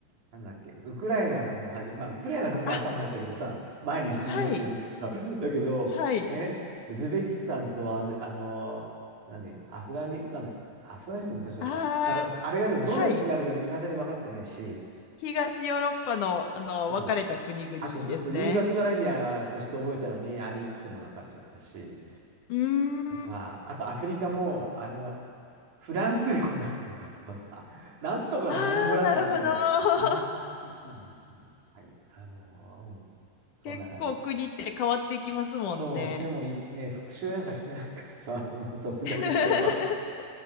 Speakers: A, on the right; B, on the left.
A: なんだっけ、ウクライナはもはじ、まあ、ウクライナはさすがに頭入ったけどさ、
B: あ、
A: 毎日ニュースで見てから
B: はい、
A: <laughs> だけど、
B: はい。
A: ね、ウズベキスタンとアジ、あのーなんで、アフガニスタン、アフガニスタン昔あるか、
B: ああ、
A: た、あれがね、どの位置にあるかいまだに分かってないし、
B: はい。東ヨーロッパの、あの、
A: そう。
B: 分かれた国々ですね。
A: あと、そうすると、ユーゴスラビアとして覚えたのに、あれいくつも分かれちゃったし、
B: うーん。
A: とか、あとアフリカも、あの、フランス領なんとかとかさ、<laughs> なんとかのアンゴラとかあったけど、
B: ああ、なるほど。<laughs>
A: 名前変わっちゃったのにすぐ。はい。あのーうん。そんな感じ。
B: 結構国って変わっていきますもんね。
A: そう。でもい、ね、復習なんかしてないからさ、<laughs> もうさすがにさ、
B: <laughs>
A: 大人になっ